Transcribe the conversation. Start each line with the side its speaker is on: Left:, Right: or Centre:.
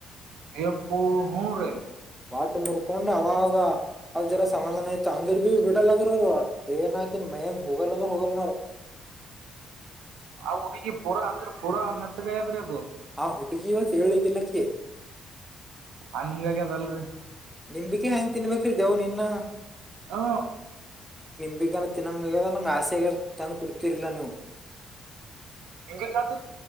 Right: ಪ್ಪು ಹರೆ
Centre: ವಾಡ್ ಮುರ್ಕೊಂಡ್ ಅವಾಗ ಅದ ಜರ ಸಮಾಧಾನ ಐತ ಅಂದಿಡ್ ಭೀ ಬಿಡಲ್ಲದ್ರ ಅವರು ಏನ್ ಹಾಕನ್ ಮೈನ್ ಹೋಗಲ್ಲ ಅಂದ್ರರು ಹೋಗಲ್ಲನ ಅವರು
Right: ಆ ಹುಡುಗಿ ಪೂರಾ ಅಂದ್ರೆ ಪೂರಾ ಮೆತ್ತಗಾಯದ್ರೆ ಅದು
Centre: ಹಾ ಹುಡ್ಗಿವಸ್ ಏಳ್ಕಲ್ಲಕ್ಕ
Right: ಹಂಗಗ್ಯದಲ್ರರಿ
Centre: ನಿಂಬಿಕೆ ಹೆಂಗ್ ತಿನ್ಬೇಕ್ರಿ ದವು ನಿ ಇನ್ನ
Right: ಹ
Centre: ಬಗನ ತಿನ್ನಂಗ ನಂಗೆ ಆಸೆಗ ತಂದು ಕೊಡ್ತಿರ್ಲಿಲ್ಲ ನೀವು
Right: ಎಂಗ ಕತ